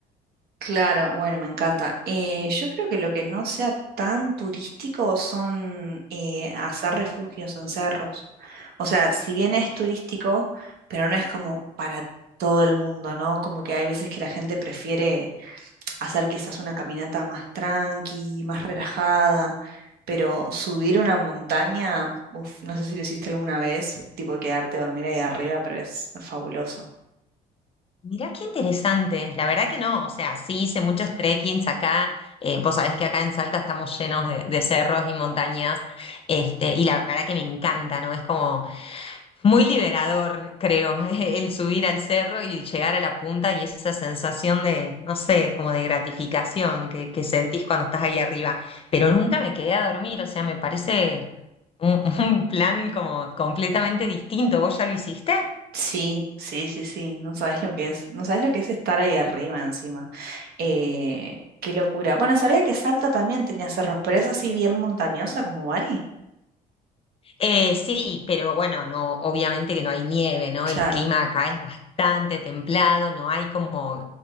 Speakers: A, on the right (about 70°); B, on the left (about 35°).
A: Claro, bueno, me encanta. Eh, yo creo que lo que no sea tan turístico son eh, hacer refugios en cerros. O sea, si bien es turístico, pero no es como para todo el mundo, ¿no? Como que hay veces que la gente prefiere hacer quizás una caminata más tranqui, más relajada, pero subir una montaña, uf, no sé si lo hiciste alguna vez, tipo quedarte a dormir ahí arriba, pero es fabuloso.
B: Mirá qué interesante, la verdad que no, o sea, sí hice muchos trekkings acá, eh, vos sabés que acá en Salta estamos llenos de, de cerros y montañas, este, y la verdad que me encanta, ¿no? Es como Muy liberador, creo, <laughs> el subir al cerro y llegar a la punta y esa sensación de, no sé, como de gratificación que, que sentís cuando estás ahí arriba. Pero nunca me quedé a dormir, o sea, me parece un, <laughs> un plan como completamente distinto. ¿Vos ya lo hiciste?
A: Sí, sí, sí, sí, no sabes lo que es, no sabes lo que es estar ahí arriba encima. Eh, qué locura. Bueno, sabía que Salta también tenía cerros, pero es así bien montañosa como Bari.
B: Eh, sí, pero bueno, no, obviamente que no hay nieve, ¿no? El
A: Claro.
B: clima acá es bastante templado, no hay como